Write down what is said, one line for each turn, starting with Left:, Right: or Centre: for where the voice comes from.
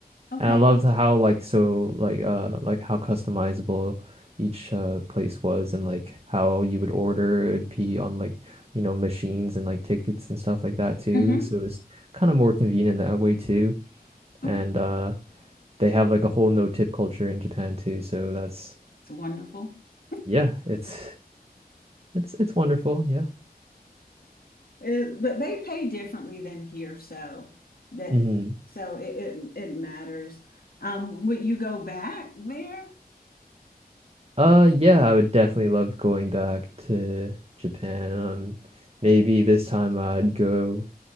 Left: Okay.
Right: and I love how like so like uh like how customizable each uh place was and like how you would order it'd be on like you know machines and like tickets and stuff like that too.
Left: Mm-hmm.
Right: So it's kind of more convenient that way too.
Left: Okay.
Right: And uh they have like a whole no-tip culture in Japan too. So that's
Left: It's wonderful. <laughs>
Right: yeah, it's it's it's wonderful, yeah.
Left: Uh, But they pay differently than here, so that
Right: hmm
Left: so it it, it matters. Um, would you go back there?
Right: Uh yeah, I would definitely love going back to Japan. Um maybe this time I'd go